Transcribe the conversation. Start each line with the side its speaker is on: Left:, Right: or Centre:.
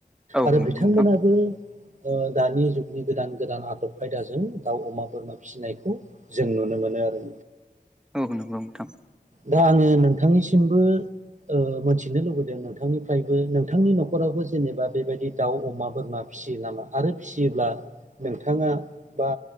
Centre: औ
Right: आरो
Centre: नंगौ
Right: बिथांमोनाबो
Centre: नोंथां
Right: ओ दानि जुगनि गोदान गोदान आदब खायदाजों दाउ अमा बोरमा फिसिनायखौ जों नुनो मोनो आरो
Centre: औ नंगौ नोंथां
Right: दा आङो नोंथांनिसिमबो ओ मोनथिनो लुबैदों नोंथांनिफ्रायबो नोंथांनि न'खरावबो जेनेबा बेबायदि दाउ अमा बोरमा फिसियो नामा आरो फिसियोब्ला नोंथाङा बा